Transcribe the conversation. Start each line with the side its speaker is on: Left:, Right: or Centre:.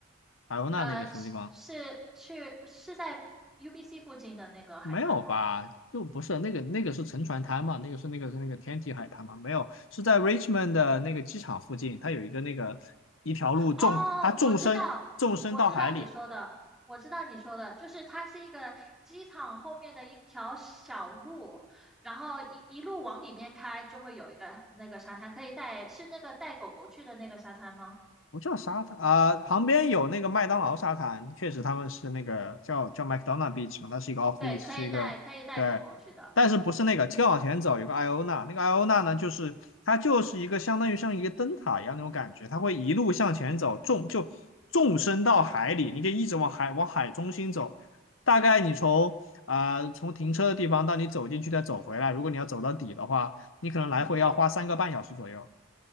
Left: 艾欧娜那个什么地方？
Centre: 呃，是是去是在 UBC 附近的那个海滩吗？
Left: 没有吧？就不是那个那个是沉船滩嘛，那个是那个是那个天体海滩嘛？没有，是在 Richmond 的那个机场附近，它有一个那个一条路纵它纵深纵深到海里，
Centre: 哦，我知道，我知道你说的，我知道你说的，就是它是一个机场后面的一条小路，然后一一路往里面开，就会有一个那个沙滩，可以带，是那个带狗狗去的那个沙滩吗？
Left: 不叫沙滩啊、旁边有那个麦当劳沙滩，确实他们是那个叫叫 McDonald Beach 嘛，它是一个 off
Centre: 对，
Left: leash，
Centre: 可以带，
Left: 是一个对，
Centre: 可以带狗狗去的。
Left: 但是不是那个，再往前走有个艾欧娜，那个艾欧娜呢，就是它就是一个相当于像一个灯塔一样那种感觉，它会一路向前走，纵就纵深到海里，你可以一直往海往海中心走，大概你从啊、呃从停车的地方到你走进去再走回来，如果你要走到底的话，你可能来回要花三个半小时左右。
Centre: 嗯，